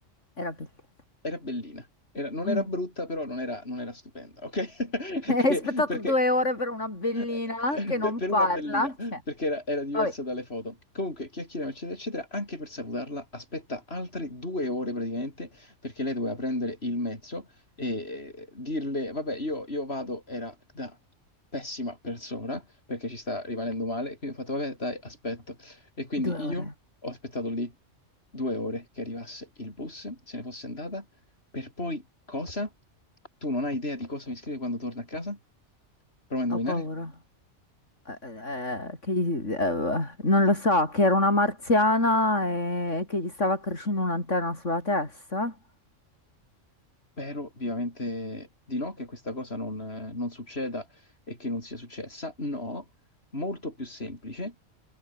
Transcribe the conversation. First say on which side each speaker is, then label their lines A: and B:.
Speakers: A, on the left; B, on the left.
A: Era bellina.
B: Era bellina. Era- non
A: Mm.
B: era brutta, però non era, non era stupenda, ok? <laughs>
A: <laughs> Hai
B: Perché,
A: aspettato
B: perché
A: due ore per una bellina
B: eh, eh,
A: che
B: beh,
A: non
B: per
A: parla.
B: una bellina,
A: Cioè,
B: perché era, era diversa
A: vabbè,
B: dalle foto. Comunque, chiacchieriamo, eccetera, eccetera. Anche per salutarla, aspetta altre due ore praticamente, perché lei doveva prendere il mezzo e eh, dirle, vabbè, io, io vado, era da pessima persona, perché ci sta rimanendo male, quindi ho fatto, vabbè, dai, aspetto. E quindi
A: due ore.
B: io ho aspettato lì due ore che arrivasse il bus, se ne fosse andata per poi cosa? Tu non hai idea di cosa mi scrive quando torna a casa? Prova a indovinare?
A: Ho paura. eh, eh, eh, che gli- eh, non lo so, che era una marziana e che gli stava crescendo un'antenna sulla testa?
B: Spero vivamente di no, che questa cosa non, eh, non succeda e che non sia successa. No, molto più semplice.